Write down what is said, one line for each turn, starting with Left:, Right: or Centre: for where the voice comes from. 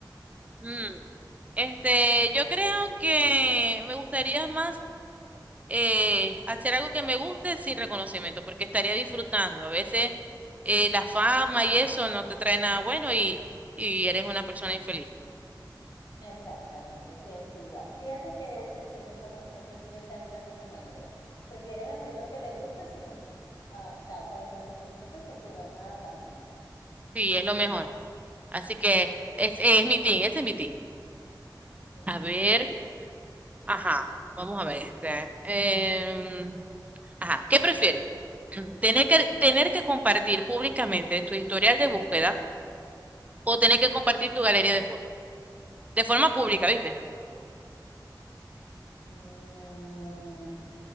Right: Mm, Este, yo creo que me gustaría más eh, hacer algo que me guste sin reconocimiento, porque estaría disfrutando. A veces eh, la fama y eso no te trae nada bueno y, y eres una persona infeliz.
Left: Exactamente, pienso igual. Fíjate que el 70% piensa de esa misma manera. Prefieren hacer lo que les gusta sin, ah, o sea, con reconocimiento sin tener nada a cambio. pues.
Right: Sí, es lo mejor. Así que es, es mi team, ese es mi team.
Left: Sí.
Right: A ver, ajá, vamos a ver. este, em, ajá, ¿qué prefieres? <clears throat>
Left: Ujú.
Right: ¿Tener que, tener que compartir públicamente tu historial de búsqueda o tener que compartir tu galería de fotos? de forma pública, ¿viste?
Left: Mm,